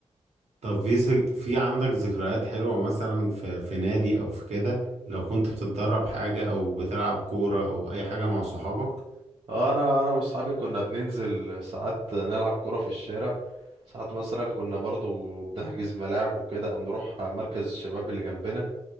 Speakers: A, on the right; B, on the right.
A: طب في س- في عندك ذكريات حلوة مثلا في في نادي او في كده لو كنت بتتدرب حاجة او بتلعب كورة او اي حاجة مع صحابك
B: اه انا انا واصحابي كنا بننزل ساعات نلعب كرة في الشارع ساعات مثلا كنا برضو بنحجز ملاعب وكده او نروح مركز الشباب اللي جنبنا